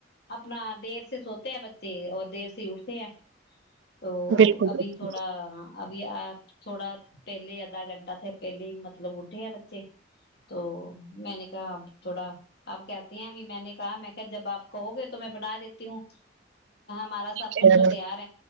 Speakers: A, on the left (about 60°); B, on the right (about 75°).
A: اپنا دیر سے سوتے ہیں بچے اور دیر سے اٹھتے ہیں تو
B: بالکل
A: ابھی
B: بالکل
A: تھوڑا آپ تھوڑا پہلے آدھا گھنٹہ تھا پہلے ہی مطلب اھے ہیں بچے تو میں نے کہا تھوڑا اب کہ بھی میں نے کہا میں کہ جب آ کہو گے تو میں بنا دیتا تی ہوں <inaudible>
B: ٹھیک
A: کچھ
B: ہے
A: تو تیار